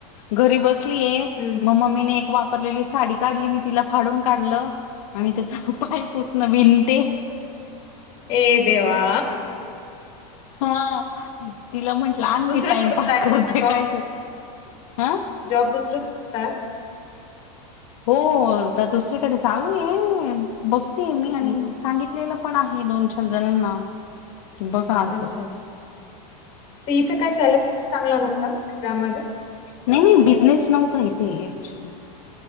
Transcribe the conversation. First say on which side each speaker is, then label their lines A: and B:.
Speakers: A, on the left (about 60°); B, on the left (about 30°).
A: घरी बसलीय
B: हम्म
A: मग मम्मीने एक वा वापरलेली साडी काढली मी तिला फाडून काढलं आणि त्याच पाय पुसणं विनते
B: अरे देवा
A: हा तिला म्हंटलं आण मी
B: दुसरं
A: टाइमपास
B: शोधताय
A: करते
B: का जॉब
A: काय तरी हा
B: जॉब दुसर करताय
A: हो तर दुसरीकडे चालू आहे बघते मी आणि
B: हम्म,
A: सांगितलेलं पण आहे दोन चार जणांना कि बघा अस
B: अच्छा अच्छा ते इथे काय सॅलरी चांगला नव्हता श्रीराम मध्ये
A: नाही नाही बिझनेस नव्हता इथे ॲक्चुली